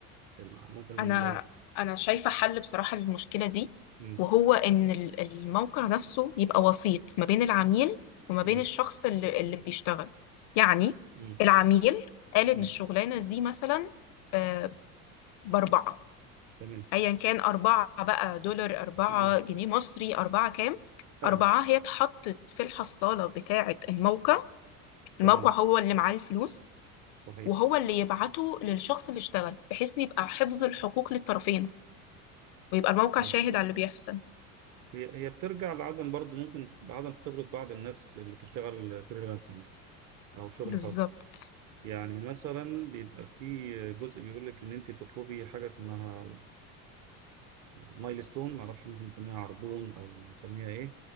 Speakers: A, on the right; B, on the left.
A: ال- ممكن لو
B: انا انا شايفه حل بصراحه للمشكله دي
A: مم.
B: وهو ان ال- الموقع نفسه يبقى وسيط ما بين العميل وما
A: مم.
B: بين الشخص اللي, اللي بيشتغل يعني
A: مم.
B: العميل قال ان
A: مم.
B: الشغلانه دي مثلا آه، باربعه
A: تمام
B: ايا كان اربعه بقى دولار اربعه
A: مم.
B: جنيه مصري اربعه كام
A: اي
B: اربعه هي اتحطت في الحصاله بتاعه الموقع الموقع
A: تمام
B: هو اللي معاه الفلوس
A: صحيح
B: وهو اللي يبعته للشخص اللي اشتغل بحيث إن يبقى حفظ الحقوق للطرفين ويبقى الموقع
A: اي
B: شاهد على اللي بيحصل
A: هي هي بترجع لعدم برضه ممكن لعدم خبره بعض الناس اللي بتشتغل فريلانسنج او شغل
B: بالظبط
A: حر يعني مثلا بيبقى في جزء بيقول لك ان انت بتطلبي حاجه اسمها مايلستون ما اعرفش ممكن نسميها عربون او نسميها ايه